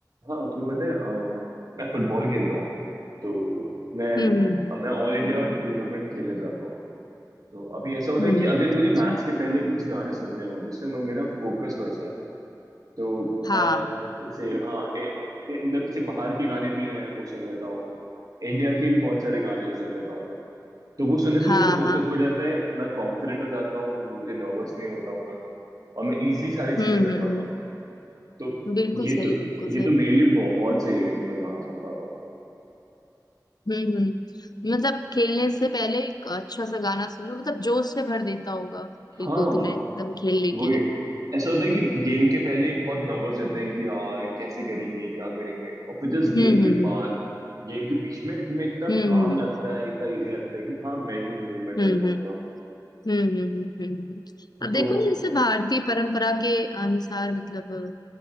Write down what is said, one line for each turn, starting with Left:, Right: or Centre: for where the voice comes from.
Right: हाँ तुम्हें पता है अ, मैं फुटबॉल खेलता हूँ तो मैं
Left: हम्म हम्म
Right: मैं ऑल इंडिया टूर्नामेंट खेलने जाता हूँ तो अभी ऐसा होता
Left: हम्म
Right: है कि अगर
Left: हम्म,
Right: मुझे मैच
Left: अच्छा
Right: के पहले कुछ गाने सुनने हो जिससे मे- मेरा फोकस बढ़ जाए तो
Left: हाँ
Right: मैं जैसे हाँ ए- ए- मतलब जैसे बाहर के गाने भी हैं वो सुन लेता हूँ इंडिया के भी बहुत सारे गाने जो सुन लेता हूँ तो वो सुनने से
Left: हाँ
Right: मेरे को फोकस
Left: हाँ
Right: बढ़ जाता है मैं कॉन्फिडेंट हो जाता हूँ मुझे नर्वस नहीं होता हूँ मैं और मैं इजिली सारी चीजें
Left: हम्म हम्म
Right: कर पाता
Left: हम्म,
Right: हूँ तो
Left: बिल्कुल
Right: ये
Left: सही
Right: तो
Left: बिल्कुल
Right: ये
Left: सही
Right: तो मेरे लिए बहुत सही है कि मैं गाना सुन पाता हूँ
Left: हम्म हम्म मतलब खेलने से पहले एक अच्छा सा गाना सुन लो मतलब जोश से भर देता होगा बिल्कुल
Right: हाँ वो
Left: तुम्हें एकदम खेलने
Right: वो
Left: के लिए
Right: ही। ऐसा होता है
Left: हम्म
Right: कि गेम के पहले बहुत नर्वस रहते हैं कि यार कैसे करेंगे क्या करेंगे और फिर जस्ट गेम
Left: हम्म
Right: के
Left: हम्म
Right: बाद गेम के बीच में तुम्हें इतना
Left: हम्म
Right: काम लगता है इतना इजी लगता है कि हाँ मैं ही हूँ मैं कर
Left: हम्म
Right: पाऊंगा
Left: हम्म हम्म हम्म हम्म, हम्म, हम्म। हम्म, हम्म, हम्म। अब
Right: तो
Left: देखो ना जैसे भारतीय परंपरा के अनुसार मतलब